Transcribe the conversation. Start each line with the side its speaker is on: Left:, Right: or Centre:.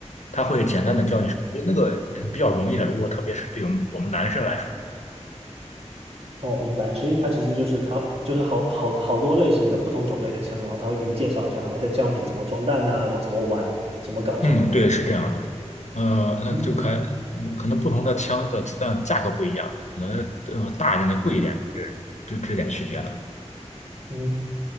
Left: 他会简单的教你什么，因为那个嗯比较容易的，如果特别是对我们我们男生来说，
Right: 哦，明白。所以他其实就是他就是好好好多类型的不同种类的枪，然后他会给你介绍一下，然后再教你怎么装弹呐、然后怎么玩，怎么搞是吗？
Left: 嗯，对，是这样的，呃，那就开，
Right: 嗯
Left: 呃可能不同的枪的子弹价格不一样，可能呃大一点的贵一点，就就这点区别了。
Right: 嗯，